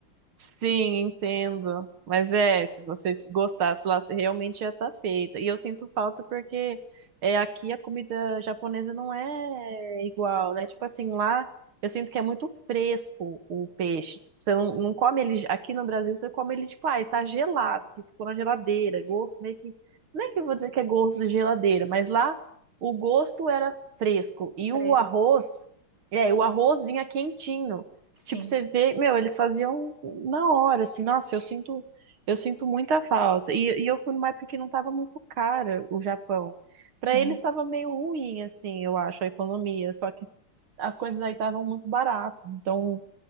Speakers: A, on the right; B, on the right.
A: Sim, entendo. Mas é, se você gostasse lá, você realmente ia estar feita. E eu sinto falta porque é, aqui a comida japonesa não é igual, né? Tipo assim, lá eu sinto que é muito fresco o peixe. Você não, não come ele. Aqui no Brasil, você come ele, tipo, ah, tá gelado, que ficou na geladeira. Gosto meio que. Não é que eu vou dizer que é gosto de geladeira, mas lá o gosto era fresco. E
B: Preço.
A: o arroz, é, o arroz vinha quentinho.
B: Sim,
A: Tipo, você vê, meu, eles faziam na hora, assim, nossa, eu sinto, eu sinto muita falta. E, e eu fui numa época que não tava muito cara o Japão. Pra
B: sim.
A: eles estava meio ruim, assim, eu acho, a economia. Só que as coisas aí estavam muito baratas, então